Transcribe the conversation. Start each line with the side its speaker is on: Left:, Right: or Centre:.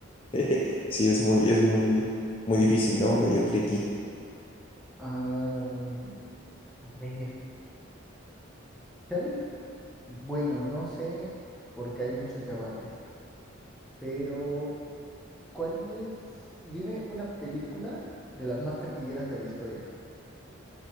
Left: <laughs> Sí, es muy, es muy, muy difícil, ¿no? Medio tricky.
Centre: Ah, a ver, ¿sabes? Bueno, no sé, porque hay muchos debates, pero ¿cuál es? Dime una película de las más taquilleras de la historia.